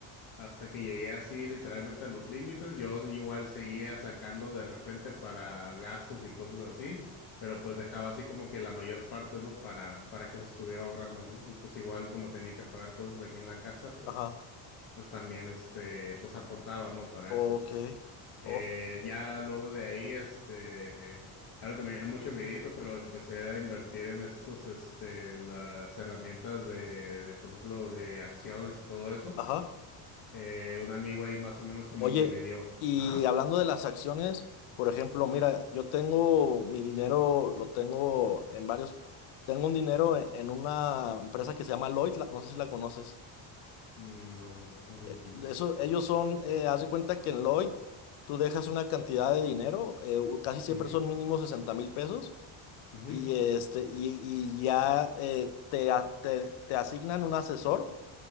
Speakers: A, on the left; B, on the left.
A: hasta que llegué así literalmente a los límites, yo igual seguía sacando de repente para gastos y cosas así, pero pues dejaba así como que la mayor parte, ¿no? Para, para que se estuviera ahorrando, ¿no? Y pues igual como tenía que pagar cosas aquí en la casa, pues,
B: Ajá.
A: pues también este, pues aportaba, ¿no? Para
B: Ok.
A: eso. Eh,
B: Of-
A: ya luego de ahí, este, algo que me dio mucho miedito, pero empecé a invertir en estos, este, en las herramientas de, de, por ejemplo, de acciones y todo eso.
B: Ajá.
A: Eh, un amigo ahí más o menos como
B: Oye,
A: que me dio.
B: y
A: Ajá.
B: hablando de las acciones, por ejemplo, mira, yo tengo mi dinero, lo tengo en varios, tengo un dinero e- en una empresa que se llama Lloyd, la- no sé si la conoces.
A: Mm, No, no, no lo
B: Eh,
A: ubico.
B: Eso, ellos son, eh, haz de cuenta que en Lloyd tú dejas una cantidad de dinero, eh, u- casi siempre
A: Ujú,
B: son mínimo sesenta mil pesos,
A: ujú,
B: y, este, y, y ya eh, te, a- te, te asignan un asesor